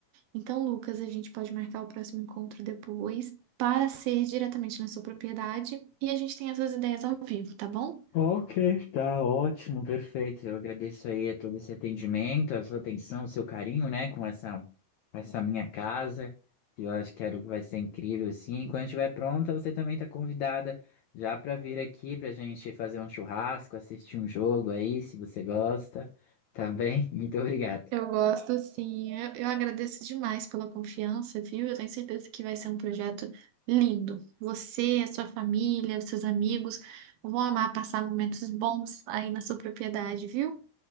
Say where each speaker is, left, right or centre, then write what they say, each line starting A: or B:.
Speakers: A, on the right; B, on the left.
A: Então, Lucas, a gente pode marcar o próximo encontro depois para ser diretamente na sua propriedade e a gente tem essas ideias ao vivo, tá bom?
B: Ok, tá ótimo, perfeito. Eu agradeço aí a todo esse atendimento, a sua atenção, o seu carinho, né, com essa, essa minha casa, que eu acho que era o que vai ser incrível, assim. Quando estiver pronta, você também tá convidada já para vir aqui pra gente fazer um churrasco, assistir um jogo aí, se você gosta, tá bem? Muito obrigado.
A: Eu gosto, sim. Eu, eu agradeço demais pela confiança, viu? Eu tenho certeza que vai ser um projeto lindo. Você, a sua família, os seus amigos vão amar passar momentos bons aí na sua propriedade, viu?